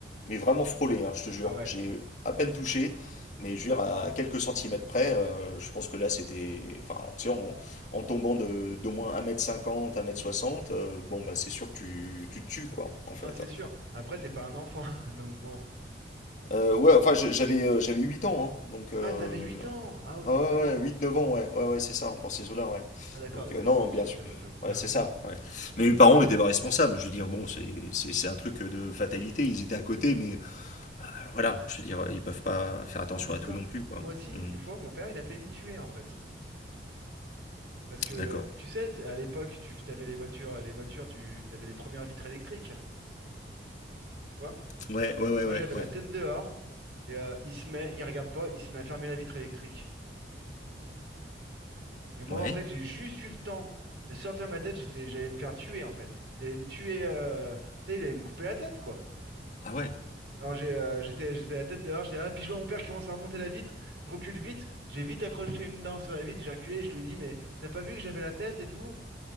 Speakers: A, on the left (about 45°); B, on the right (about 75°).
A: Mais vraiment frôlé, hein, je te jure.
B: Ah ouais,
A: J'ai à peine touché, mais je veux dire, à quelques centimètres près, euh, je pense que là c'était. Enfin, tu sais, en, en tombant de, d'au moins un mètre cinquante, un mètre soixante, euh, bon, bah c'est sûr que tu, tu te tues, quoi, en fait.
B: non, c'est sûr. Après, t'es pas un enfant, <laughs> donc bon.
A: Euh, ouais, enfin, je- j'avais euh, j'avais 8 ans, hein, donc euh,
B: Ah, t'avais 8 ans! Ah, autant
A: Ouais, ouais,
B: pour moi.
A: ouais, 8-9 ans, ouais, ouais, ouais, c'est ça, dans ces eaux-là, ouais.
B: Ah d'accord,
A: Donc,
B: mais
A: euh,
B: c'est
A: non,
B: bien dans le sujet,
A: bien sûr.
B: ouais, j'avoue.
A: Ouais, c'est ça.
B: <laughs>
A: Ouais. Mais mes parents n'étaient pas responsables. Je veux dire, bon, c'est c'est- c'est un truc de fatalité. Ils étaient à côté, mais euh, voilà, je veux dire, euh, ils peuvent pas faire attention
B: Non, c'est
A: à
B: ça.
A: tout non plus, quoi.
B: Bah, moi aussi,
A: Hmm,
B: une fois, mon père, il a failli me tuer en fait. Parce que
A: D'accord.
B: tu sais, t- à l'époque, tu avais les voitures, les voitures, tu avais les premières vitres électriques, tu vois.
A: Ouais, ouais, ouais,
B: Moi,
A: ouais,
B: j'avais
A: ouais.
B: la tête dehors et euh, il se met, il regarde pas, il se met à fermer la vitre électrique. Et moi,
A: Ouais.
B: en fait, j'ai juste eu le temps de sortir ma tête, j'étais, j'allais me faire tuer en fait. Il allait me tuer, euh, tu sais, il allait me couper la tête quoi.
A: Ah ouais.
B: Alors j'ai, euh, j'étais, j'étais la tête dehors, j'ai ah, puis je vois mon père qui commence à remonter la vitre, je recule vite, j'ai vite accroché une dent sur la vitre, j'ai reculé, et je lui ai dit mais t'as pas vu que j'avais la tête et tout?